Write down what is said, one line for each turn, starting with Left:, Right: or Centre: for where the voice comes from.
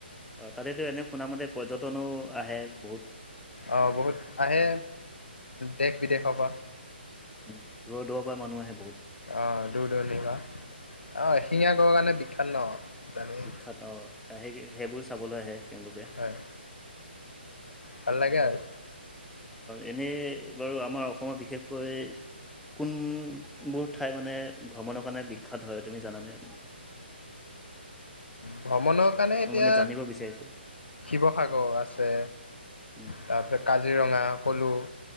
Centre: অ তাতেতো এনে শুনা মতে পৰ্যটনো আহে বহুত।
Left: অহ বহুত আহে দেশ-বিদেশৰ পৰা।
Centre: উম, দূৰৰ দূৰৰ পৰা মানুহ আহে বহুত।
Left: আহ দূৰ-দূৰণিৰ পা অহ এশিঙীয়া কাৰণে বিখ্যাত ন‌ জানেই।
Centre: বিখ্যাত অ' সেই সেইবোৰ চাবলৈ আহে। তেওঁলোকে।
Left: হয় ভাল লাগে আৰু
Centre: এনেই বাৰু আমাৰ অসমত বিশেষকৈ কোনবোৰ ঠাই মানে ভ্ৰমণৰ কাৰণে বিখ্যাত হয় তুমি জানানে?
Left: ভ্ৰমণৰ কাৰণে
Centre: মই
Left: এতিয়া
Centre: মানে জানিব বিচাৰিছোঁ।
Left: শিৱসাগৰ আছে
Centre: উম,
Left: তাৰপিছত কাজিৰঙা সলো